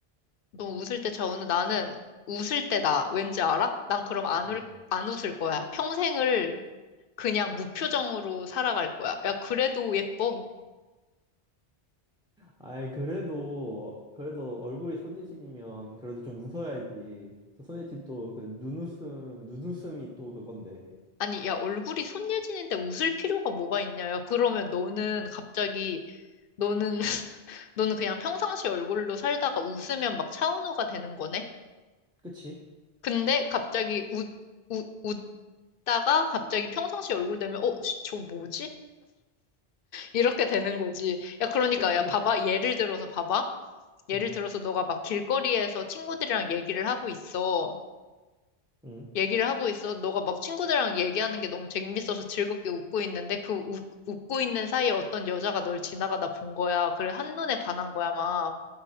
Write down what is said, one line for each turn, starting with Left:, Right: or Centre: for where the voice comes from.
Left: 너 웃을 때 차은우? 나는 웃을 때 나. 왠지 알아? 난 그럼 안
Centre: 어.
Left: 울, 안 웃을 거야. 평생을 그냥 무표정으로 살아갈 거야. 야 그래도 예뻐.
Centre: 아이, 그래도, 그래도 얼굴이 손예진이면 그래도 좀 웃어야지. 또 손예진 또 그 눈웃음, 눈웃음이 또 그건데.
Left: 아니 야 얼굴이 손예진인데 웃을 필요가 뭐가 있냐? 야 그러면 너는 갑자기 너는 너는 그냥 평상시 얼굴로 살다가 웃으면 막 차은우가 되는 거네?
Centre: 그치?
Left: 근데 갑자기 웃, 웃, 웃다가 갑자기 평상시 얼굴 되면, 어, 씨, 저 뭐지? 이렇게 되는 거지. 야, 그러니까,
Centre: 그치?
Left: 야, 봐봐. 예를 들어서 봐봐. 예를
Centre: 응,
Left: 들어서 너가 막 길거리에서 친구들이랑 얘기를 하고 있어.
Centre: 응,
Left: 얘기를 하고 있어. 너가 막 친구들이랑 얘기하는 게 너무 재밌어서 즐겁게 웃고 있는데 그 웃, 웃고 있는 사이에 어떤 여자가 널 지나가다 본 거야. 그래, 한눈에 반한 거야, 막.